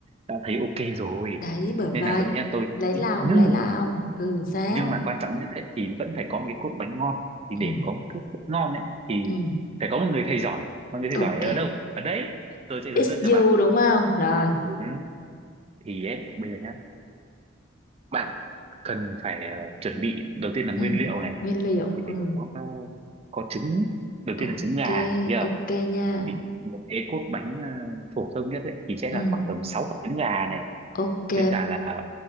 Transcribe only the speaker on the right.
đã thấy ok rồi
nên
là đây nha tôi
nhưng
nhưng mà quan trọng nhất ấy, thì vẫn phải có một cái cốt bánh ngon thì để
mà có một cốt bánh ngon ấy thì
phải có một người thầy giỏi mà người thầy
giỏi ở đâu ở đấy tôi sẽ hướng
dẫn cho bạn
đúng thì ấy bây giờ nhá bạn cần phải ờ, chuẩn bị đầu tiên là
nguyên liệu này
thì
phải có có trứng đầu tiên
là trứng gà hiểu chưa
thì một cái cốt bánh ờ, phổ thông nhất ấy thì sẽ
là khoảng tầm 6 quả trứng gà này
với cả là